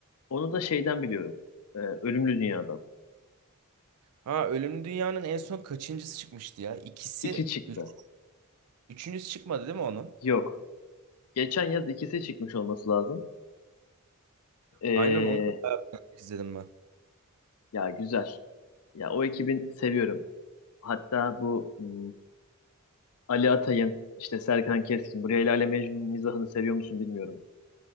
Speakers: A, on the left; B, on the right.
A: onu da şeyden biliyorum. Ee, Ölümlü Dünya'dan.
B: Ha Ölümlü Dünya'nın en son kaçıncısı çıkmıştı ya? İkisi,
A: İki çıktı.
B: üç, üçüncüsü çıkmadı değil mi onun?
A: Yok. Geçen yaz ikisi çıkmış olması lazım. Ee,
B: Aynen onu da izledim ben.
A: ya güzel. Ya o ekibin seviyorum. Hatta bu hmm, Ali Atay'ın, işte Serkan Keskin, bu Leyla ile Mecnun mizahını seviyor musun bilmiyorum.